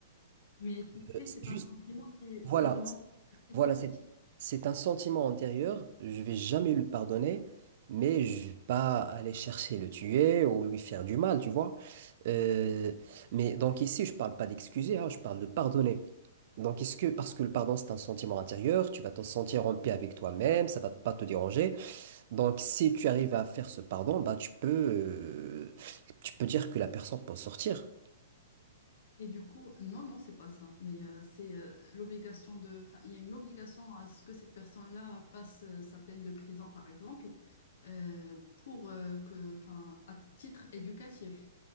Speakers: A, on the left (about 60°); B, on the right (about 55°).
A: Mais tu
B: Euh,
A: sais,
B: C'est
A: c'est
B: juste,
A: un sentiment qui
B: voilà,
A: s'alimente petit
B: Voilà,
A: à petit.
B: c'est, c'est un sentiment antérieur. Je vais jamais lui pardonner, mais je vais pas aller chercher le tuer ou lui faire du mal, tu vois. Euh, mais donc ici, je parle pas d'excuser, hein, je parle de pardonner. Donc est-ce que, parce que le pardon, c'est un sentiment intérieur, tu vas te sentir en paix avec toi-même, ça va pas te déranger. Donc si tu arrives à faire ce pardon, bah tu peux, euh, tu peux dire que la personne peut sortir.
A: Et du coup, non, non, c'est pas ça. Mais euh, c'est euh, l'obligation de. Enfin, il y a une obligation à ce que cette personne-là passe euh, sa peine de prison, par exemple, euh, pour euh, que, enfin, à titre éducatif.